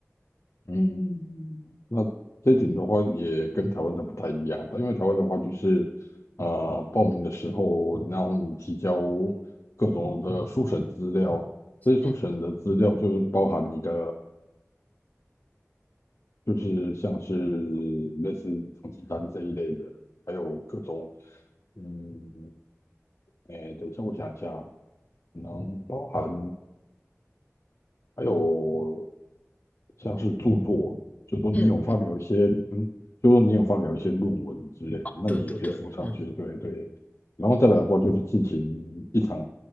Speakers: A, on the left; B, on the left.
A: 嗯，那这一点的话，也跟台湾的不太一样。因为台湾的话，就是呃，报名的时候，然后你提交各种的初审资料，这些初审的资料就是包含你的，
B: 嗯
A: 就是像是类似成绩单这一类的，还有各种，嗯，哎，等一下，我想一下，可能包含。还有像是著作，就说你有发表一些，
B: 嗯嗯，
A: 嗯，就说你有发表一些论文之类的，
B: 哦，
A: 那你也可以附上去，
B: 对对对，嗯
A: 对对。然后再来的话，就是进行一场